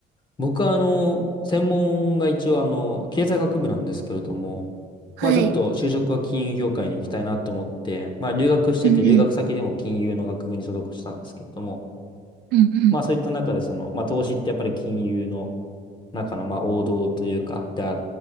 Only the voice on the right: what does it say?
はい。
うんうん。うんうん。